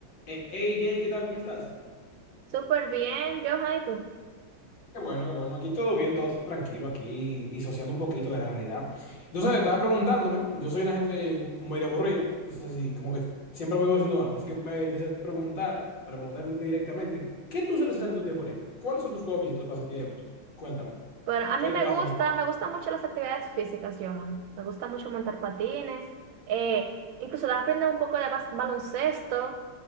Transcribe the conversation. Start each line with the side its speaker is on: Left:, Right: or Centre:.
Left: Eh, Hey Jay, ¿qué tal? ¿Cómo estás?
Right: Súper bien, Johan, ¿y tú?
Left: Qué bueno, qué bueno. Aquí todo bien, todo tranquilo, aquí disociando un poquito de la realidad. Entonces, estaba preguntándome, yo soy una gente muy aburrida, entonces sí, como que siempre vivo haciendo algo, así que me quise preguntar, para preguntarte directamente, ¿qué tú sueles hacer en tu tiempo libre? ¿Cuáles son tus hobbies y tus pasatiempos? Cuéntame,
Right: Bueno, a
Left: ¿qué
Right: mí me
Left: tú haces?
Right: gusta,
Left: no?
Right: me gustan mucho las actividades físicas, Johan. Me gusta mucho montar patines, eh, incluso de aprender un poco de bas- baloncesto,